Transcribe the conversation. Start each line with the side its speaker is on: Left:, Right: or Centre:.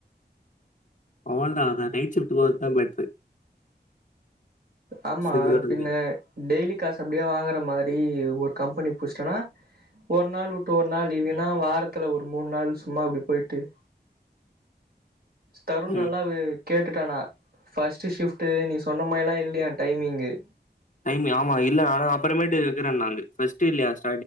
Left: ஓண்டா தா நைட் சிப்ட் போத்தான் பெட்ரு
Right: ஆமா
Left: சுகி ஓட்டறது.
Right: பின்ன டெய்லி காசு அப்படியே வாங்குற மாதிரி ஒரு கம்பெனி புடிச்சிட்டனா ஒரு நாள் விட்டு ஒரு நாள் இல்லனா வாரத்துல ஒரு மூணு நாள் சும்மா அப்டி போயிட்டு தருண்
Left: ம்.
Right: நல்லா கேட்டுட்டானா ஃபர்ஸ்ட் ஷிஃப்ட் நீ சொன்ன மாரிலால்லாம் இல்லையா டைமிங்கு
Left: டைம் ஆமா இல்ல ஆனா அப்புறமேட்டுைக்கிறேன் நாலு ஃபஸ்ட்இல்லா டாஸ்டு